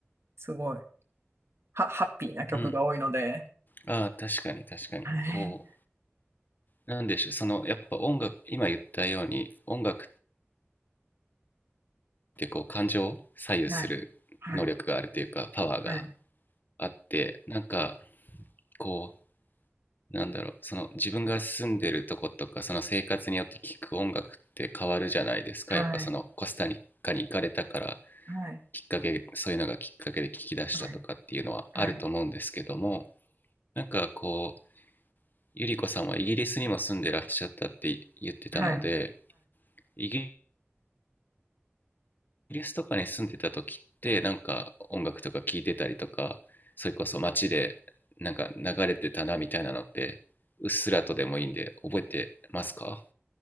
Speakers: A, on the right (about 75°); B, on the left (about 45°).
A: すごい、ハハッピーな曲が多いので。
B: うん。ああ、確かに確かに。
A: はい、
B: こう、なんでしょう。その、やっぱ音楽、今言ったように、音楽ってこう、感情を左右する能力があるというか、
A: はい、はい、
B: パワーが
A: はい、
B: あって、なんか、こう、なんだろう。その、自分が住んでるとことか、その生活によって聴く音楽って変わるじゃないですか。
A: はい、
B: やっぱその、
A: はい、
B: コスタリカに行かれたから、
A: はい、
B: きっかけ、そういうのがきっかけで聞き出したとかっていうのはあると思うんですけども、
A: はい、はい、
B: なんかこう、ゆりこさんはイギリスにも住んでらっしゃったって言ってたので、
A: はい、
B: イギリスとかに住んでた時ってなんか音楽とか聴いてたりとか、それこそ街でなんか流れてたなみたいなのってうっすらとでもいいんで覚えてますか